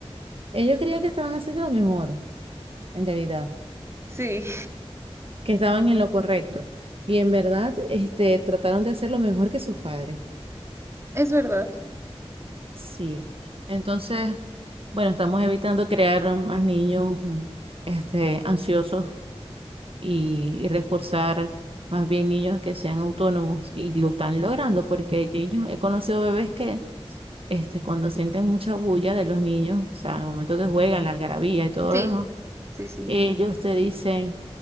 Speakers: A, on the right; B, on the right.
A: Ellos creían que estaban haciendo lo mejor, en realidad,
B: Sí,
A: que estaban en lo correcto, y en verdad, este, trataron de hacer lo mejor que sus padres.
B: <laughs> es verdad.
A: Sí, entonces, bueno, estamos evitando crear más niños, mm, este, ansiosos y, y reforzar más bien niños que sean autónomos y lo están logrando porque ellos, he conocido bebés que este, cuando sienten mucha bulla de los niños, o sea, en el momento que juegan, la algarabía y todo
B: Sí,
A: lo demás,
B: sí, sí.
A: ellos te dicen,